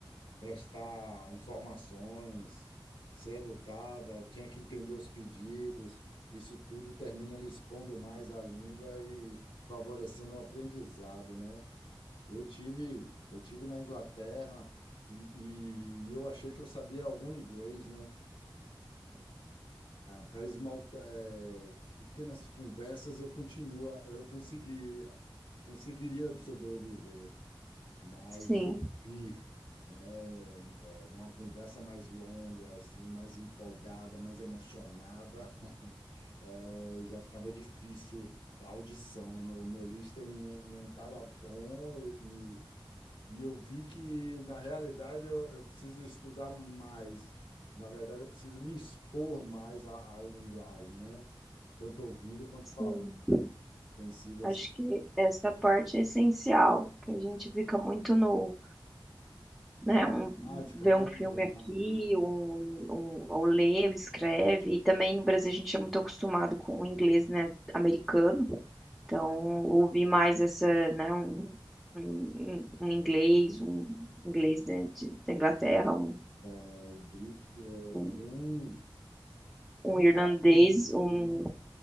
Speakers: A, on the left; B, in the centre.
A: prestar informações, ser educada, tinha que entender os pedidos. Isso tudo termina lhe expondo mais a língua e favorecendo o aprendizado, né? Eu tive, eu tive na Inglaterra e, e eu achei que eu sabia algum inglês, né? para esmaltar, eh, pequenas conversas eu continua, eu conseguiria, conseguiria sobreviver mas
B: Sim,
A: ouvir, né, eh, uma conversa mais longa, assim, mais empolgada, mais emocionada, <laughs> eh, já ficava difícil a audição. né? O meu listening não não estava bom e, e eu vi que, na realidade, eu, eu preciso estudar mais. Na verdade, eu preciso me expor mais à, à linguagem, né? Tanto ouvindo quanto
B: sim.
A: falando. Tem sido
B: Acho
A: assim,
B: que essa parte é essencial, que a gente fica muito no,
A: na
B: né, um,
A: prática,
B: vê
A: né?
B: um filme
A: na
B: aqui,
A: leitura.
B: um, um, ou lê, ou escreve. E também no Brasil a gente é muito acostumado com o inglês, né, americano. Então, ouvir mais essa, né, um, um, um inglês, um inglês né, de, da Inglaterra, um
A: É, O Brito é
B: um
A: bem, é
B: um
A: bem
B: irlandês,
A: característico,
B: um
A: né?